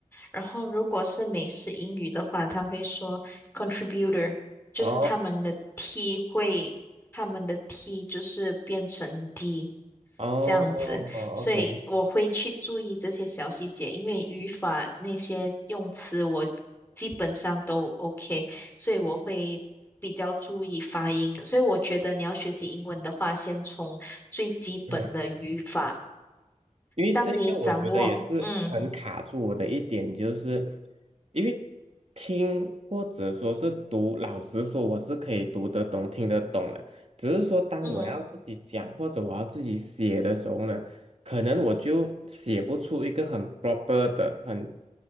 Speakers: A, on the left; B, on the right.
A: 然后如果是美式英语的话，他会说 contributor，就是他们的
B: 哦
A: t 会，他们的 t 就是变成 d，
B: 哦，OK，
A: 这样子，所以我会去注意这些小细节，因为语法那些用词我基本上都 OK，所以我会比较注意发音。所以我觉得你要学习英文的话，先从最基本的语法，
B: 嗯。因为这个我觉得也是很卡住我的一点，
A: 当你掌握，嗯
B: 就是因为听或者说是读，老实说我是可以读得懂、听得懂的，只是说当我要自己讲或者我要自己写的时候呢，
A: 嗯
B: 可能我就写不出一个很 proper 的、很